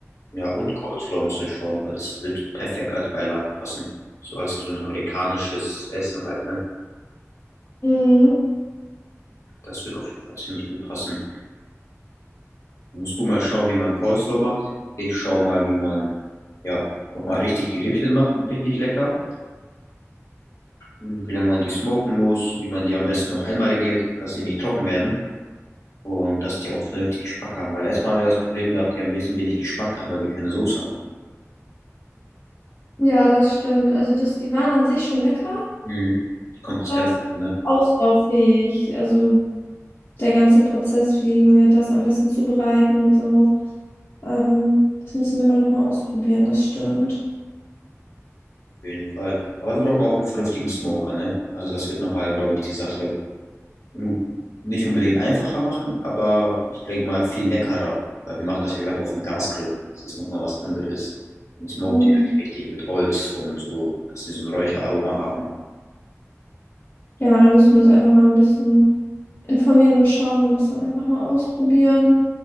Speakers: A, on the left; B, on the left.
A: Ja, und Coleslaw müssen wir schauen, weil das wird perfekt als Beilage passen. So als so ein amerikanisches Essen halt, ne?
B: Mhm.
A: Das wird auf jeden Fall ziemlich gut passen. Musst du mal schauen, wie man Coleslaw macht. Ich schau mal, wie man, ja, nochmal richtig die Rippchen macht, richtig lecker. Hm, Wie lange man die smoken muss, wie man die am besten noch einmariniert, dass die nicht trocken werden und dass die auch vernünftig Geschmack haben. Weil letztes Mal haben wir das Problem gehabt, die haben ein bisschen wenig Geschmack gehabt, weil wir keine Soße hatten.
B: Ja, das stimmt. Also das, die waren an sich schon lecker.
A: Mhm. Die Konsistenz,
B: Das
A: ne?
B: auslauffähig. Also der ganze Prozess, wie wir das am besten zubereiten und so. Ähm, das müssen wir mal nochmal ausprobieren, das stimmt.
A: Auf jeden Fall. Aber wir brauchen auch einen vernünftigen Smoker, ne? Also das wird nochmal, glaube ich, die Sache un- nicht unbedingt einfacher machen, aber ich denke mal viel leckerer, weil wir machen das ja gerade auf dem Gasgrill. Das ist nochmal was anderes. Und smoked
B: Mhm.
A: die halt richtig mit Holz und so, dass sie so ein Räucheraroma haben.
B: Ja, da müssen wir uns einfach mal ein bisschen informieren und schauen und das dann einfach mal ausprobieren.